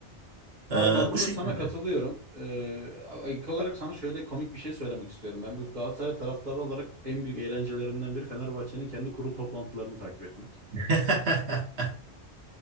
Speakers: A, on the right (about 40°); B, on the right (about 65°).
A: Abi
B: Ee,
A: ben burada
B: bu şekilde.
A: sana katılıyorum. Ee, ilk olarak sana şöyle komik bir şey söylemek istiyorum. Ben bir Galatasaray taraftarı olarak en büyük eğlencelerimden biri Fenerbahçe'nin kendi kurul toplantılarını takip etmek.
B: <laughs>